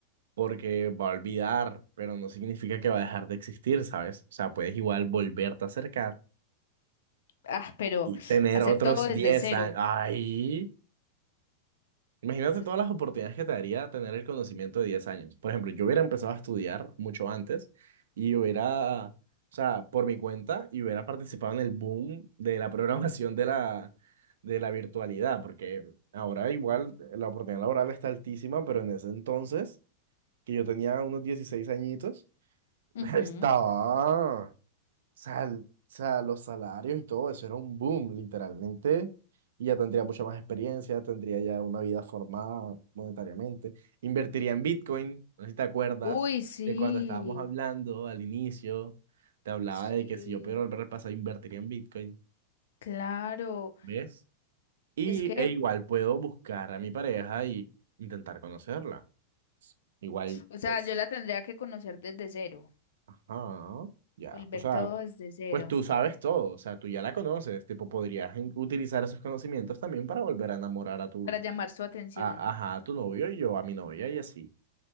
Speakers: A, on the right; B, on the left.
A: Porque va a olvidar, pero no significa que va a dejar de existir, ¿sabes? O sea, puedes igual volverte a acercar
B: Ah, pero
A: y tener
B: hacer
A: otros
B: todo desde
A: 10
B: cero.
A: años. ¡Ay! Imagínate
B: Hacer...
A: todas las oportunidades que te daría tener el conocimiento de 10 años. Por ejemplo, yo hubiera empezado a estudiar mucho antes y hubiera, o sea, por mi cuenta, y hubiera participado en el boom de la <laughs> programación de la, de la virtualidad, porque ahora igual eh, la oportunidad laboral está altísima, pero en ese entonces, que yo tenía unos 16 añitos,
B: Ujú.
A: <laughs> estaba... O sea, el- o sea, los salarios y todo eso era un boom, literalmente. Y ya tendría mucha más experiencia, tendría ya una vida formada monetariamente. Invertiría en Bitcoin, no sé si te acuerdas
B: Uy, sí.
A: de cuando estábamos hablando al inicio, te hablaba
B: Sí,
A: de que si yo pudiera volver al pasado, invertiría en Bitcoin,
B: claro.
A: ¿ves? Y
B: Es que,
A: e igual puedo buscar a mi pareja y intentar conocerla. Igual,
B: o sea,
A: pues,
B: yo la tendría que conocer desde cero,
A: ajá, ya.
B: volver
A: O sea,
B: todo desde cero,
A: Pues tú sabes todo, o sea, tú ya la conoces, tipo, podrías in- utilizar esos conocimientos también para volver a enamorar a tu,
B: para llamar su atención.
A: a, ajá, a tu novio y yo a mi novia y así.